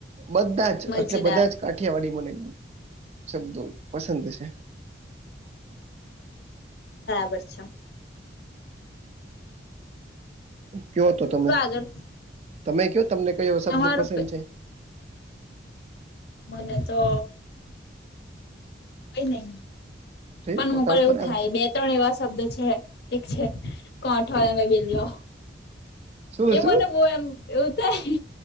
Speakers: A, on the right (about 35°); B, on the left (about 65°).
A: બધા જ
B: મજેદાર
A: એટલે બધા જ કાઠિયાવાડી મને શબ્દો પસંદ છે.
B: બરાબર છો.
A: કયો
B: મે
A: તો
B: બોલું
A: તમે
B: આગળ
A: તમે કયો તમને કયો
B: તમારું
A: શબ્દ પસંદ છે.
B: મને તો કઈ નહી.
A: જોયું
B: પણ
A: પોતા
B: મોક
A: ઉપર
B: એવું
A: આવે
B: થાય
A: છે
B: બે ત્રણ એવા શબ્દ છે એક છે કોઠો અને બિલ્લો
A: શું
B: એ
A: શું
B: મને બહ એમ એવું થાય